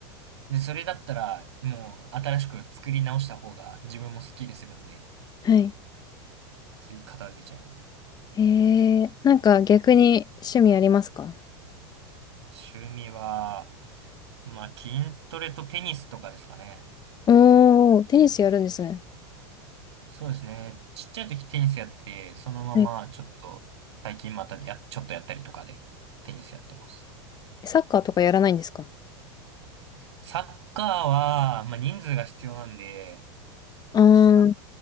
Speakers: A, on the right; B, on the left.
A: で、それだったら、もう新しく作り直した方が自分もスッキリするんで、
B: はい
A: つい片付けちゃいます。
B: へえ、なんか逆に趣味ありますか
A: 趣味は、まあ、筋トレとテニスとかですかね。
B: おー、テニスやるんですね。
A: そうですね。ちっちゃい時テニスやってて、そのままちょっと、
B: え、
A: 最近またや、ちょっとやったりとかで、テニスやってます。
B: サッカーとかやらないんですか
A: サッカーは、まあ、人数が必要なんで、
B: あー、
A: ちょっとなん